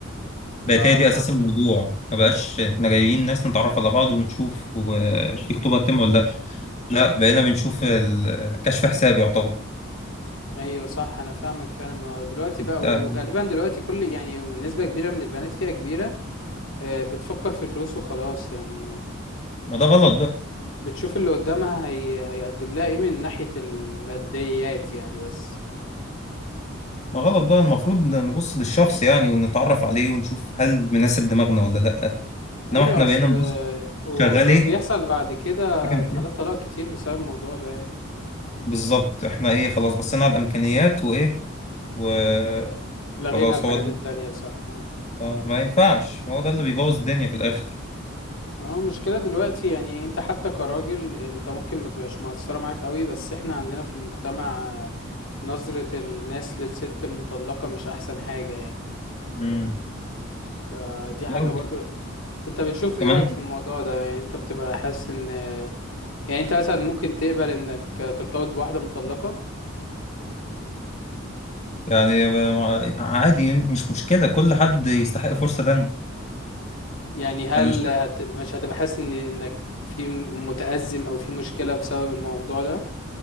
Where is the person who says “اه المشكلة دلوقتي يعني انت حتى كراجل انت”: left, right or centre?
Left